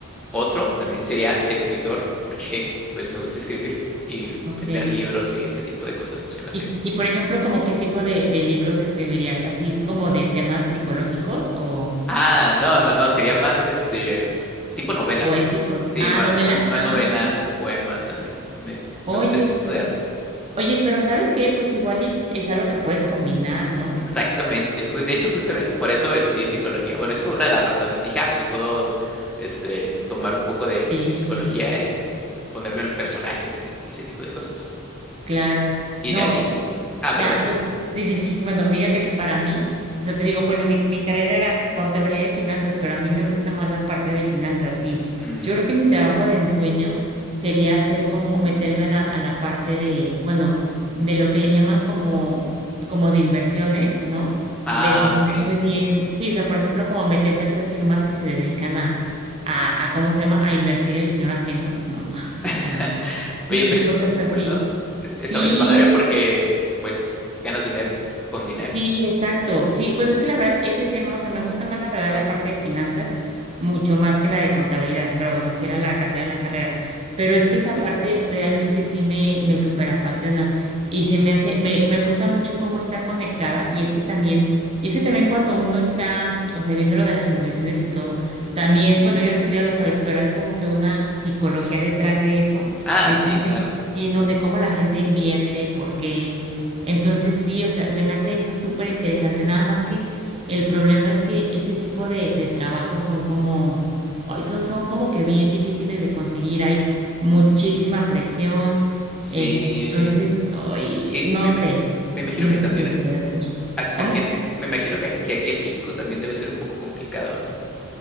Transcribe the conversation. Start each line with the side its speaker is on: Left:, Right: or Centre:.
Centre: Otro también sería escritor, porque, pues, me gusta escribir y
Right: ok.
Centre: vender libros y ese tipo de cosas, pues, se me hace
Right: Y, y por ejemplo, ¿como qué tipo de, de libros escribirías? ¿Así como de temas psicológicos o,
Centre: Ah, no, no, no, sería más este tipo novelas,
Right: o éticos?
Centre: ¿no? Sí,
Right: Ah,
Centre: ma-
Right: novelas.
Centre: ma- más,
Right: Ah,
Centre: novelas, poemas también. Me,
Right: oye,
Centre: me gusta ese tipo
Right: pues-
Centre: de arte.
Right: oye, pero ¿sabes qué? Pues igual y es algo que puedes combinar, ¿no?
Centre: Exactamente. Ju- De hecho, justamente por eso estudié psicología. Bueno, esa fue una de las razones. Dije, ah, pues puedo este, tomar un poco de,
Right: Sí,
Centre: de psicología y ponerlo en personajes y, y ese tipo de cosas.
Right: claro.
Centre: ¿Y
Right: No,
Centre: de a ti? Ah,
Right: Nah,
Centre: perdón.
Right: pues sí, sí, sí. Bueno, fíjate que para mí, o sea, te digo, bueno, mi, mi carrera era contabilidad y finanzas, pero a mí me
Centre: Ujú.
Right: gusta más la parte de finanzas y
Centre: Mm,
Right: yo creo que mi trabajo de ensueño sería hacer como meterme a la, a la parte de, bueno, de lo que le llaman como, como de inversiones, ¿no?
Centre: ah,
Right: De saber
Centre: ok.
Right: muy bien, sí, o sea, por ejemplo, como meterme a esas firmas que se dedican a, a, a ¿cómo se llama? A invertir el dinero ajeno, ¿no? <laughs>
Centre: <laughs>
Right: Y
Centre: Oye, pues
Right: cosas
Centre: está muy cool,
Right: así.
Centre: ¿no? Es-
Right: Sí,
Centre: está muy padre porque, pues, ganas dinero con dinero.
Right: Sí, exacto. Sí, bueno, es que la verdad, ese tema, o sea, me gusta más la verdad la parte de finanzas, mucho más que la de contabilidad, pero bueno, así era la, así era la carrera. Pero es
Centre: Sí,
Right: que
Centre: güey,
Right: esa
Centre: sí.
Right: parte realmente sí me, me súper apasiona y se me hace, me, me gusta mucho cómo está conectada y es que también, y es que también cuando uno está, o sea, viendo lo de las inversiones y todo, también, bueno, yo creo que tú ya lo sabes, pero hay como que una psicología detrás de eso,
Centre: Ah,
Right: de
Centre: sí,
Right: cómo,
Centre: claro.
Right: sí,
Centre: Ujú.
Right: ¿no? De cómo la gente invierte, por qué. Entonces sí, o sea, se me hace eso súper interesante, nada más que el problema es que ese tipo de, de trabajos son como, ay, son, son como que bien difíciles de conseguir, hay muchísima presión,
Centre: Sí.
Right: este, entonces, ay,
Centre: Y
Right: no
Centre: me, ima-
Right: sé,
Centre: me imagino
Right: no
Centre: que
Right: sé
Centre: también
Right: si lo
Centre: en-
Right: pudiera hacer.
Centre: a-
Right: ¿Cómo?
Centre: aquí en Me me imagino que, que aquí en México también debe ser un poco complicado, ¿no?